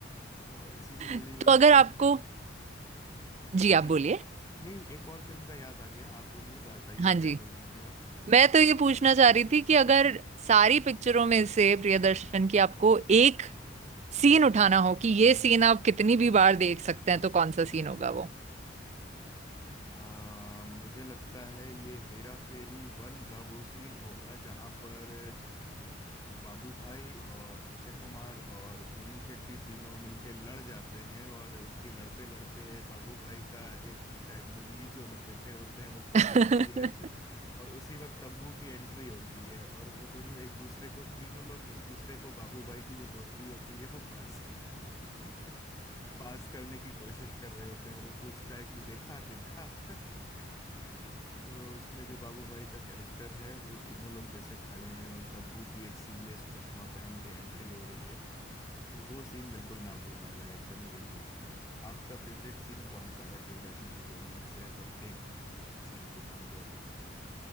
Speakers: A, on the left; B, on the right.
A: और इसी से जुड़ी
B: तो
A: हुई
B: अगर आपको जी
A: जी
B: आप बोलिए
A: नहीं एक और फिल्म का याद आ गया आप बोलिए बताइए
B: हाँ
A: क्या
B: जी
A: बोल रही थी आप।
B: मैं तो ये पूछना चाह रही थी कि अगर सारी पिक्चरों में से प्रियदर्शन की आपको एक सीन उठाना हो कि ये सीन आप कितनी भी बार देख सकते हैं तो कौन सा सीन होगा वो
A: आ, मुझे लगता है ये हेरा फेरी वन का वो सीन होगा जहां पर अ, बाबू भाई और अक्षय कुमार और सुनील शेट्टी तीनों मिलके लड़ जाते हैं और उनकी लड़ते लड़ते बाबू भाई का एक शायद लुंगी जो लपेटे होते हैं वो खुल
B: <laughs>
A: जाती है <laughs> और उसी वक्त तब्बू की एंट्री होती है और वो दोनों एक दूसरे को तीनों लोग एक दूसरे को बाबू भाई की जो धोती होती है वो पास <laughs> करते हैं पास करने की कोशिश कर रहे होते हैं और वो पूछता है कि देखा देखा <laughs> तो उसमें जो बाबू भाई का कैरेक्टर है वो तीनों लोग जैसे खड़े हैं और तब्बू की एक सीरियस चश्मा पहन के एंट्री हो रही है वो सीन बिल्कुल ना भूलने लायक है मेरे लिए आपका फेवरेट सीन कौन सा है प्रियदर्शन की फिल्मों में से अगर एक सीन को कहा जाए